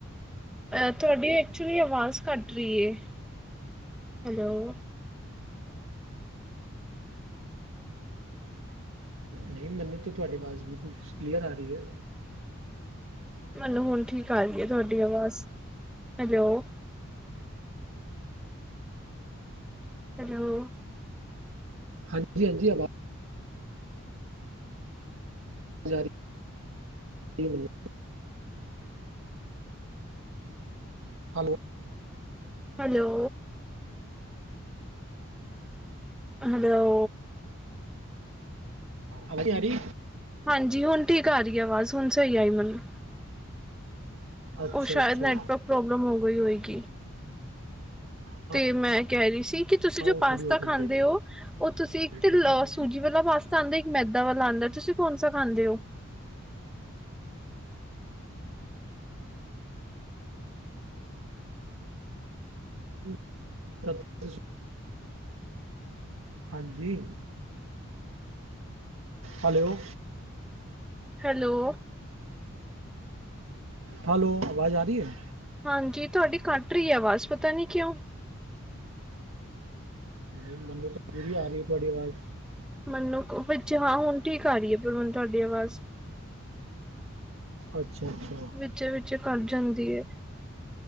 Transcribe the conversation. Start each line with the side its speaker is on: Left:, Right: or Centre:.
Centre: ਅ ਤੁਹਾਡੀ ਐਕਚੁਲੀ ਅਵਾਜ਼ ਕੱਟ ਰੀ ਏ ਹੈਲੋ।
Right: ਨਹੀਂ ਮੈਨੂੰ ਤਾਂ ਤੁਹਾਡੀ ਅਵਾਜ਼ ਬਿਲਕੁਲ ਕਲੀਅਰ ਆ ਰਹੀ ਐ।
Centre: ਮੈਨੂੰ ਹੁਣ ਠੀਕ ਆ ਰਹੀ ਐ ਤੁਹਾਡੀ ਆਵਾਜ਼ ਹੈਲੋ। ਹੈਲੋ
Right: ਹਾਂਜੀ-ਹਾਂਜੀ ਅਵਾ ਜਾਰੀ <unintelligible> ਹਲੋ
Centre: ਹਲੋ ਹਲੋ
Right: ਹਾਂਜੀ ਆਰੀ
Centre: ਹਾਂਜੀ ਹੁਣ ਠੀਕ ਆ ਰਹੀ ਆ ਅਵਾਜ਼ ਹੁਣ ਸਹੀ ਆਈ ਮਨੂੰ।
Right: ਅੱਛਾ
Centre: ਉਹ ਸ਼ਾਇਦ
Right: ਅੱਛਾ
Centre: ਨੈਟਵਰਕ ਪ੍ਰੋਬਲਮ ਹੋ ਗਈ ਹੋਏਗੀ।
Right: ਹਾਂ
Centre: ਤੇ ਮੈਂ ਕਹਿ ਰਹੀ ਸੀ, ਕਿ ਤੁਸੀਂ ਜੋ
Right: ਉਹ
Centre: ਪਾਸਤਾ
Right: ਥੋੜੀ ਹੋ ਜਾਂਦੀ
Centre: ਖਾਂਦੇ
Right: ਹੈ
Centre: ਓ ਉਹ ਤੁਸੀਂ
Right: ਨੈਟਵਰਕ
Centre: ਤਿਲ
Right: ਪ੍ਰੋਬਲਮ
Centre: ਸੂਜੀ ਮਤਲਬ ਇੱਕ ਮੈਦਾ ਵਾਲਾ ਆਂਦਾ ਏ, ਤੁਸੀਂ ਕੌਣ ਸਾ ਖਾਂਦੇ ਓ?
Right: <inaudible> ਹਾਂਜੀ। ਹੈਲੋ।
Centre: ਹੈਲੋ।
Right: ਹਲੋ, ਅਵਾਜ ਆ ਰਹੀ ਐ?
Centre: ਹਾਂਜੀ, ਤੁਹਾਡੀ ਕੱਟ ਰਹੀ ਹੈ ਅਵਾਜ਼ ਪਤਾ ਨੀਂ ਕਿਉਂ।
Right: ਨਹੀਂ ਮੰਨੂੰ ਤਾਂ ਪੂਰੀ ਆ ਰਹੀ ਤੁਹਾਡੀ ਅਵਾਜ਼।
Centre: ਮੰਨੂੰ ਕ ਵਿੱਚ ਹਾਂ ਹੁਣ ਠੀਕ ਆ ਰਹੀ ਏ ਪਰ ਮੰਨੂੰ ਤੁਹਾਡੀ ਅਵਾਜ਼।
Right: ਅੱਛਾ-ਅੱਛਾ।
Centre: ਵਿੱਚੇ- ਵਿੱਚੇ ਕੱਟ ਜਾਂਦੀ ਏ।